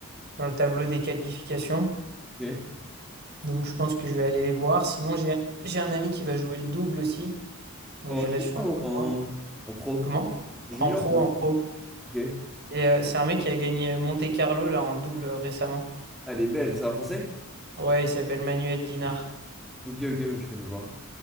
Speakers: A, on the right (about 50°); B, in the centre.
A: dans le tableau des qualifications.
B: Ok.
A: Donc, je pense que je vais aller les voir. Sinon, j'ai j'ai un ami qui va jouer le double aussi. Donc,
B: En
A: j'irai
B: junior
A: sûrement
B: ou
A: le
B: en,
A: voir.
B: en pro?
A: Comment?
B: En
A: En
B: junior
A: pro,
B: ou
A: en
B: en...
A: pro.
B: Ok.
A: Et euh, c'est un mec qui a gagné Monte-Carlo là en double euh, récemment.
B: Ah, Elle est belle, c'est un français?
A: Ouais, il s'appelle Manuel Guinard.
B: Ok, ok, je connais pas.